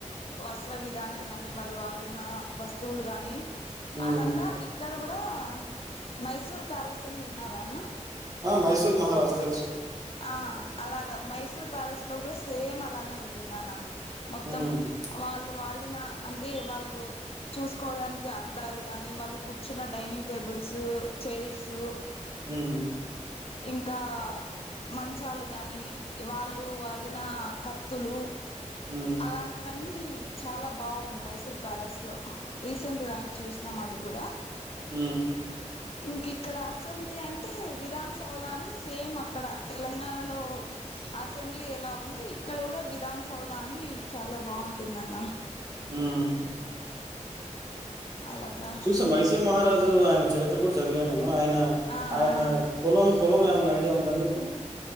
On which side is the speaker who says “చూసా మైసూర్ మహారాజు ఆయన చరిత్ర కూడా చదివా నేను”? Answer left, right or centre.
Right